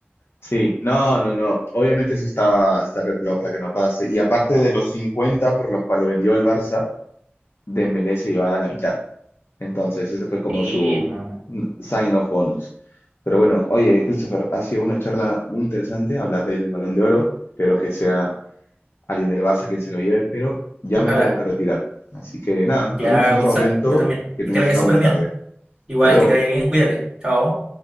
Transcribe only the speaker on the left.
Sí, no, no, no. Obviamente eso estaba, está calculado para que no pase. Y aparte de los 50 por los cuales vendió el Barça, Dembélé se llevaba la mitad. Entonces ese fue como
su
sign of bonus. Pero bueno, oye, Christopher, ha sido una charla muy interesante hablar del Balón de Oro. Espero que sea alguien del Barça quien se lo lleve, pero ya
me tengo que retirar. Así que nada,
hablemos en
otro momento.
Que
tengas
una
buena
tarde.
Hasta luego.